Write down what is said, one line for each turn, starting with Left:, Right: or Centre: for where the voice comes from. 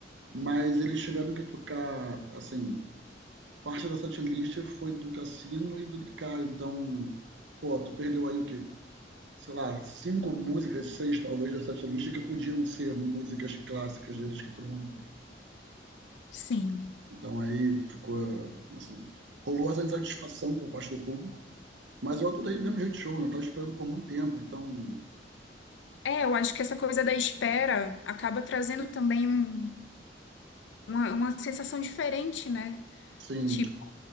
Right: Mas eles tiveram que tocar, assim, parte da setlist foi do Cassino e do Dakar. Então, pô, tu perdeu aí o quê? Sei lá, cinco músicas, seis talvez da setlist que podiam ser músicas clássicas deles que todo mundo gosta.
Left: Sim.
Right: Então aí ficou, assim, rolou essa insatisfação por parte do público. Mas eu adorei do mesmo jeito o show, né? Eu tava esperando por muito tempo, então,
Left: É, eu acho que essa coisa da espera acaba trazendo também um- uma, uma sensação diferente, né?
Right: sim,
Left: Tipo,